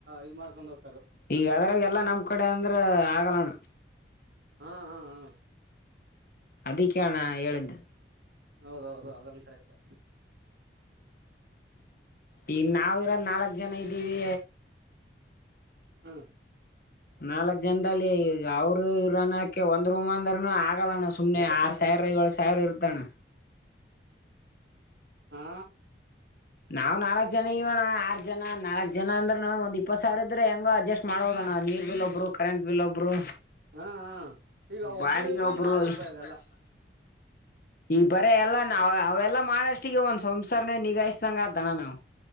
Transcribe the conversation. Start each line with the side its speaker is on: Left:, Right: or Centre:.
Right: ಇ್ ಮಾಡ್ಕೊಂಡೋಗ
Left: ಈಗ ಅದ್ರಾಗ ಎಲ್ಲಾ ನಮ್ ಕಡೆ ಅಂದ್ರ ಆಗಲಣ
Right: ಹಾ ಹಾ ಹಾ
Left: ಅದಿಕ್ಕೆಣ ಹೇಳಿದ್ದು
Right: ಹೌದೌದು ಅದೊಂತ ಕರಕ್ಕೆ
Left: ಈಗ ನಾವ ಇರೋ್ ನಾಲ್ಕ್ ಜನ ಇದ್ದೀವಿ
Right: ಹ್ಮ
Left: ನಾಲ್ಕ್ ಜನದಲ್ಲಿ ಅವರು ಇವ್ರನ್ನಕ ಒಂದ್ ರೂಮ್ ಅಂದ್ರನು ಆಗಲ್ಲಣ್ಣ ಸುಮ್ನೆ
Right: ಎದ
Left: ಆರ್
Right: ತಾವ
Left: ಸಾವಿರ ಏಳ್ ಸಾವಿರ ಇರ್ತಣ
Right: ಹಾ
Left: ನಾ ನಾಲ್ಕ್ ಜನ ನೀವಣ ಆರ್ ಜನ ನಾಲ್ಕ ಜನ ಅಂದ್ರ ಒಂದ್ ಇಪ್ಪತ್ ಸಾವಿರ ಇದ್ರೆ ಹೆಂಗ ಅಜಸ್ಟ್ ಮಾಡೋದಣ ನೀರ್ ಬಿ ಒಬ್ರು ಕರೆಂಟ್ ಬಿಲ್ ಒಬ್ರು
Right: ಹಾ ಹ ಈಗ
Left: ಬಾಡಿಗೆ
Right: ಒಬ್ಬರು ಇಬರು
Left: ಒಬ್ರು
Right: ಅಂದ್ರೆ ಆಗಲ್ಪದೆಲ್ಲ
Left: ಈ ಬರ ಎಲ್ಲ ನ ಅವೆಲ್ಲಾ ಮಾಡಷ್ಟಿಗೆ ಒಂದ್ ಸಂಸಾರನೆ ನಿಗಾಯಿಸ್ದಂಗ ಅ್ದಣ್ಣ ನಾವವು